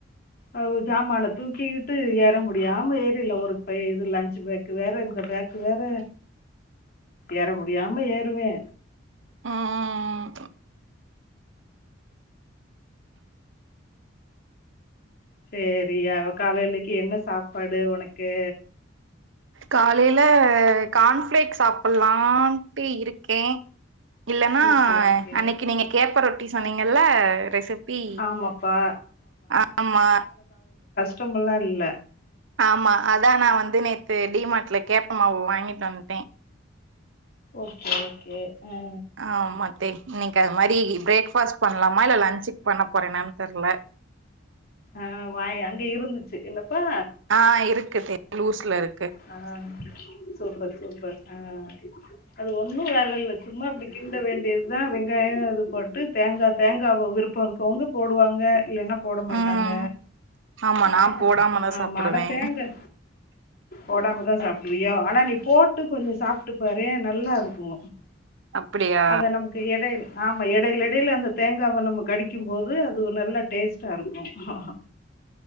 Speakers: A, on the left; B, on the right.
A: ஆவ ஜாமான தூக்கிக்யிட்டு ஏற முடியாம ஏறில ஒரு பை இது லன்ச்சு பேக்கு வேற இந்த பேக்கு வேற ஏற முடியாம ஏறுவே
B: ம்
A: சேரியா காலையிலக்கி என்ன சாப்பாடு ஒனக்கு
B: காலையில கார்ன்ஃப்ளேக் சாப்புல்லாம்ட்டு இருக்கே இல்லன்னா
A: ஓகே ஓகே
B: அன்னக்கி நீங்க கேப்ப ரொட்டி சொன்னீங்கல்ல ரெசிப்பி
A: ஆமாப்பா
B: ஆமா
A: டமுல்லா இல்ல
B: ஆமா அதா நா வந்து நேத்து டீமாட்ல கேப்பமாவு வாங்கித் வன்ட்டே
A: ஓகே ஓகே அ
B: ஆமாத்தே இன்னக்கி அது மாரி பிரேக்ஃபாஸ்ட் பண்லாமா இல்ல லன்ச்சுக் பண்ண போறேனான் தெர்ல
A: ஆ வாய் அங்க இருந்துச்சு இல்லப்பா
B: ஆ இருக்கு தே லூஸ்ல இரு
A: ஆ சூப்பர் சூப்பர் ஆ அது ஒண்ணு வேல இல்ல சும்மா அப்டி கிண்ட வேண்டியதுதா வெங்காய இது போட்டு தேங்கா தேங்காவ விருப்போயிருக்கறவங்க போடுவாங்க ங்க இல்லன்னா போட மாட்டாங்க
B: ம் ஆமா
A: இல்ல
B: நா போடாமதா
A: ஆ
B: சாப்புடுவே
A: ஆமா ஆனா தேங்கா போடாமதா சாப்பிடுவியோ ஆனா நீ போட்டு கொஞ்சோ சாப்ட்டுப்பாரு நல்லா இருக்கு
B: அப்டியா
A: அது நமக்கு எடை ஆமா எடைல எடைல அந்த தேங்காவ நம்ம கடிக்கும்போது அது நல்ல டேஸ்ட்டா இருக்கு ஹஹாஹ.